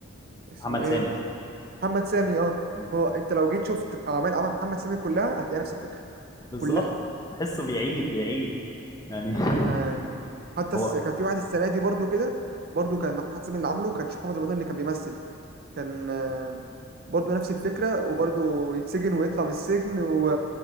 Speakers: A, on the right; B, on the left.
A: اسمه
B: محمد
A: ايه
B: سامي
A: محمد سامي اه
B: مم.
A: هو انت لو جيت شفت اعمال اعمال محمد سامي كلها هتلاقي نفس الفكره
B: بالظبط
A: كلها
B: تحسه بيعيد بيعيد يعني <laughs>
A: يعني حتى
B: هو
A: الس... كان في واحد السنه دي برضو كده برضو كان محمد سامي اللي عامله كان محمد رمضان اللي كان بيمثل كان آه، برضو نفس الفكرة وبرضو يتسجن ويطلع من السجن و...